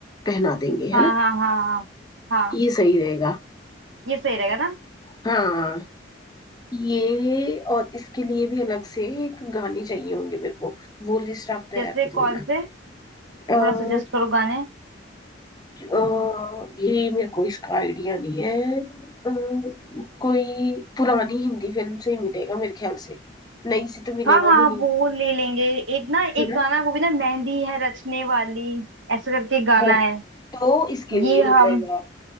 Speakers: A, on the left; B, on the right.
A: पहना देंगे
B: हाँ
A: है ना
B: हाँ हाँ हाँ हाँ
A: ये सही रहेगा
B: ये सही रहेगा ना
A: हाँ ये और इसके लिए भी अलग से एक गाने चाहिए होंगे मेरे को वो लिस्ट आप तैयार
B: जैसे
A: कर
B: कौन से थोड़ा
A: लेना
B: सजेस्ट करो गाने
A: अ, ये मेरे को इसका आइडिया नहीं है अ, कोई पुरानी हिंदी फिल्म से ही मिलेगा मेरे ख्याल से नई से तो मिलेगा
B: हाँ हाँ
A: भी नहीं
B: वो ले लेंगे एक ना एक
A: है ना
B: गाना है, वो भी ना मेहंदी है रचने वाली ऐसे करके गाना
A: वो
B: है
A: तो इसके लिए
B: ये
A: हो
B: हम
A: जाएगा